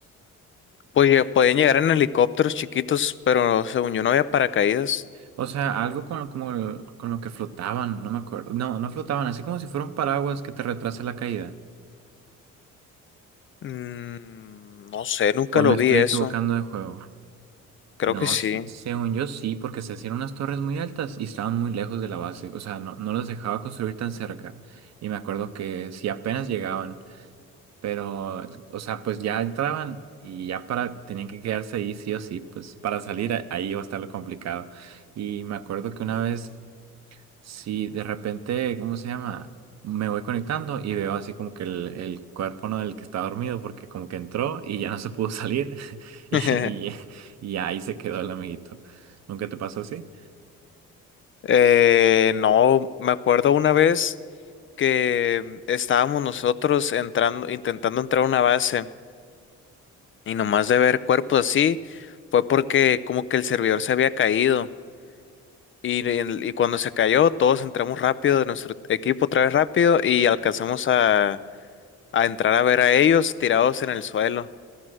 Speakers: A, on the left; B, on the right.
A: Pues ya podían llegar en helicópteros chiquitos, pero según yo no había paracaídas.
B: O sea, algo con, lo- como el- con lo que flotaban, no me acuerdo. No, no flotaban, así como si fueran paraguas que te retrasa la caída.
A: Mm, no sé, nunca
B: O
A: lo
B: me estoy
A: vi eso.
B: equivocando de juego.
A: Creo
B: No,
A: que sí.
B: se- según yo sí, porque se hacían unas torres muy altas y estaban muy lejos de la base. O sea, no, no los dejaba construir tan cerca. Y me acuerdo que si apenas llegaban. Pero, o sea, pues ya entraban y ya para, tenían que quedarse ahí sí o sí, pues para salir a- ahí iba a estar lo complicado. Y me acuerdo que una vez, sí, de repente, ¿cómo se llama? Me voy conectando y veo así como que el, el cuerpo no del que estaba dormido porque como que entró y ya no se pudo salir <laughs> y,
A: <laughs>
B: y, y ahí se quedó el amiguito. ¿Nunca te pasó así?
A: Eh, no, me acuerdo una vez que estábamos nosotros entrando, intentando entrar a una base. Y nomás de ver cuerpos así, fue porque como que el servidor se había caído. Y, en- y cuando se cayó, todos entramos rápido de nuestro equipo otra vez rápido y alcanzamos a, a entrar a ver a ellos tirados en el suelo.